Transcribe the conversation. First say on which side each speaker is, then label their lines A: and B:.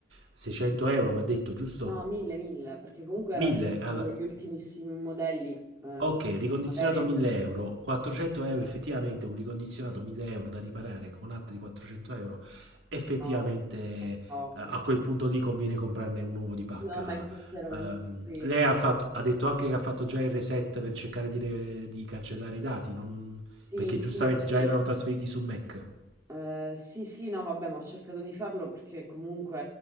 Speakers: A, on the right; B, on the right.
A: 600 euro, mi ha detto giusto?
B: No, mille, mille, perché comunque era
A: 1000, alla...
B: uno degli ultimissimi modelli, eh,
A: ok,
B: con-
A: ricondizionato
B: magari
A: 1000 euro, 400 euro effettivamente un ricondizionato 1000 euro da riparare con altri 400 euro, effettivamente
B: no,
A: eh,
B: è troppo.
A: a quel punto lì conviene comprarne un uovo di pacca.
B: No, ma infatti ero venuto
A: Ehm,
B: qui.
A: lei ha, fatto, ha detto anche che ha fatto già il reset per cercare di, re- di cancellare i dati, non-
B: Sì,
A: perché
B: sì,
A: giustamente già
B: sì,
A: erano trasferiti su Mac.
B: Eh, sì, sì, no, vabbè, ma ho cercato di farlo perché comunque